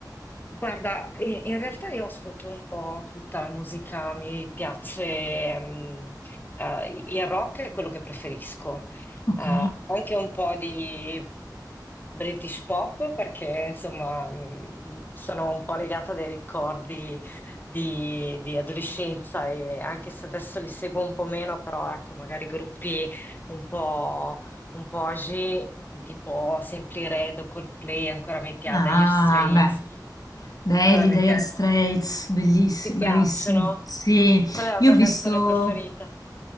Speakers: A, on the left (about 25°); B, on the left (about 55°).
A: Guarda, in in realtà io ascolto un po' tutta la musica, mi piace, mm, eh, il rock è quello che preferisco,
B: Ok.
A: Eh, anche un po' di British pop perché insomma mm, sono un po' legata dai ricordi di, di adolescenza e anche se adesso li seguo un po' meno, però ecco, magari gruppi un po', un po' âgé, tipo Simply Red o Coldplay ancora mi piace,
B: Ah,
A: Dire Straits.
B: beh. Belli,
A: Ancora mi
B: Dire
A: pia-
B: Straits, bellissimi,
A: ti piacciono?
B: bravissimi. Sì,
A: Qual è la
B: io
A: tua
B: ho visto...
A: canzone preferita?